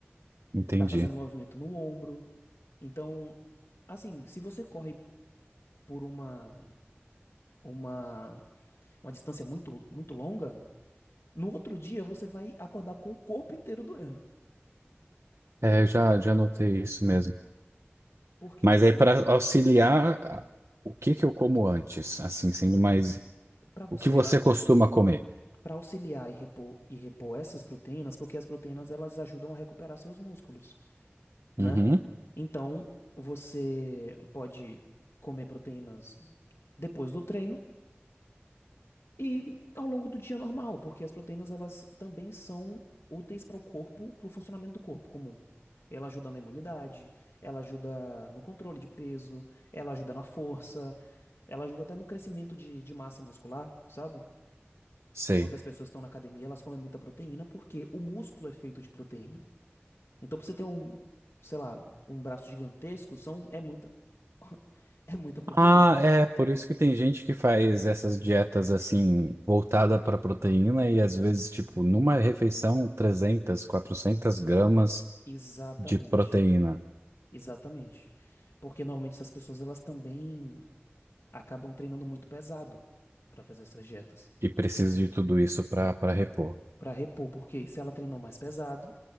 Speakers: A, on the right; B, on the left.
A: Entendi.
B: tá fazendo o movimento no ombro. Então, assim, se você corre por uma, uma, uma distância muito, muito longa, no outro dia você vai acordar com o corpo inteiro doendo.
A: É, eu já, já notei isso mesmo.
B: Por quê?
A: Mas
B: Você,
A: aí, para auxiliar, a- o que que eu como antes? Assim, sendo mais.
B: para você,
A: O que você
B: a-
A: costuma comer?
B: para auxiliar e repor, e repor essas proteínas, porque as proteínas elas ajudam a recuperar seus músculos, né?
A: Uhum,
B: Então, você pode comer proteínas depois do treino e ao longo do dia normal, porque as proteínas elas também são úteis para o corpo, para o funcionamento do corpo comum. Ela ajuda na imunidade, ela ajuda no controle de peso, ela ajuda na força, ela ajuda até no crescimento de, de massa muscular, sabe?
A: sei.
B: Quando as pessoas estão na academia, elas comem muita proteína porque o músculo é feito de proteína. Então, pra você ter um, sei lá, um braço gigantesco, são, é muita, <laughs> é muita proteína.
A: Ah, é, por isso que tem gente que faz essas dietas assim, voltada para proteína e às vezes, tipo, numa refeição, 300 400 gramas
B: Exatamente.
A: de proteína
B: Exatamente. Porque normalmente essas pessoas, elas também acabam treinando muito pesado pra fazer essas dietas.
A: e preciso de tudo isso para para repor.
B: Pra repor, porque se ela treinou mais pesado,